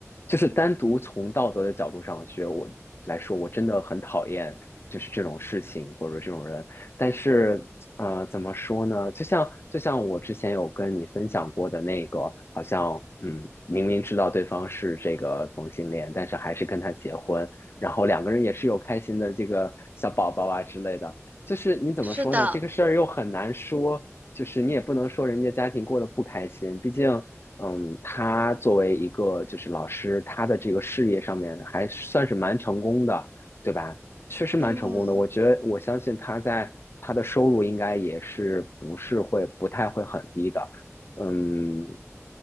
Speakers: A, on the left; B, on the right.
A: 就是单独从道德的角度上去我来说，我真的很讨厌就是这种事情或者这种人。但是，呃，怎么说呢？就像就像我之前有跟你分享过的那个，好像嗯，明明知道对方是这个同性恋，但是还是跟他结婚，然后两个人也是有开心的这个小宝宝啊之类的。就是你怎么说呢？
B: 是的，
A: 这个事儿又很难说，就是你也不能说人家家庭过得不开心，毕竟，嗯，他作为一个就是老师，他的这个事业上面还算是蛮成功的，对吧？确实蛮成功的，
B: 嗯，
A: 我觉得我相信他在他的收入应该也是不是会不太会很低的，嗯，